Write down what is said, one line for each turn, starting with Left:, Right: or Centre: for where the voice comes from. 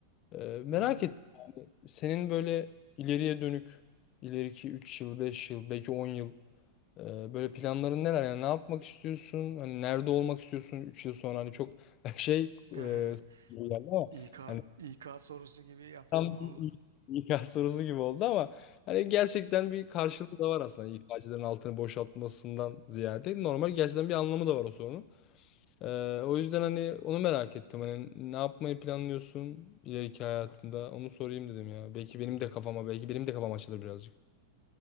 Left: Eee, merak
Right: hı. hı.
Left: ettim yani senin böyle ileriye dönük ileriki 3 yıl 5 yıl belki 10 yıl eee, böyle planların neler yani ne yapmak istiyorsun hani nerede olmak istiyorsun 3 yıl sonra hani çok <laughs> şey eee,
Right: <laughs>
Left: gibi geldi ama
Right: İK,
Left: hani
Right: İK sorusu gibi yaptım
Left: Tam
Right: valla.
Left: bir İK sorusu gibi oldu ama hani gerçekten bir karşılığı da var aslında. İK'cıların altını boşaltmasından ziyade normal gerçekten bir anlamı da var o sorunun. Ee, o yüzden hani onu merak ettim. Hani ne yapmayı planlıyorsun ileriki hayatında? Onu sorayım dedim ya. Belki benim de kafama, belki benim de kafam açılır birazcık.